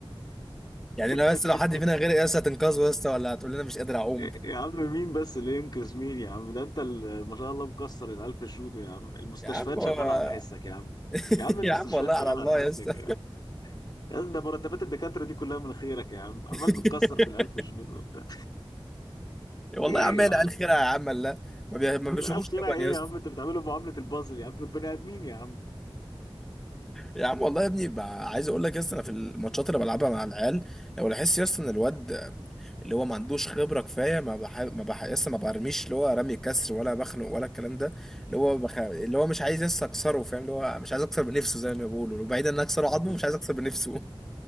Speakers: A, in the centre; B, on the left.
A: يعني لو
B: <laughs>
A: بس لو حد فينا غير يا اسطى هتنقذه يا اسطى ولا هتقول لنا مش قادر اعوم
B: يا عم مين بس اللي ينقذ مين يا عم ده انت ال- ما شاء الله مكسر الالف جودو يا عم المستشفيات
A: يا عم هو-
B: شغاله على حسك يا عم
A: <laughs>
B: يا عم المستشفيات
A: يا عم والله على
B: شغاله
A: الله
B: على حسك
A: يا اسطى
B: يا عم يا عم ده مرتبات الدكاتره دي كلها من خيرك يا عم عمال
A: <laughs>
B: بتكسر في الالف جنيه دول وبتاع
A: والله
B: ايه
A: يا عم هي
B: يا عم
A: خيرها يا عم لا ما بي... ما بيشوفوش
B: الالف خيرها
A: لبن
B: ايه
A: يا اسطى
B: يا عم انت بتعمله معامله البازل يا عم دول بني ادمين يا عم
A: يا عم والله يا ابني بقى عايز اقول لك يا اسطى انا في الماتشات اللي بلعبها مع العيال لو لاحظت يا اسطى ان الواد اللي هو ما عندوش خبره كفايه ما بح... ما بح... يس ما برميش اللي هو رمي كسر ولا بخنق ولا الكلام ده اللي هو بخ... اللي هو مش عايز يس اكسره فاهم اللي هو مش عايز اكسر بنفسه زي ما بيقولوا وبعيدا ان اكسره عظمه
B: بز-
A: مش عايز اكسر بنفسه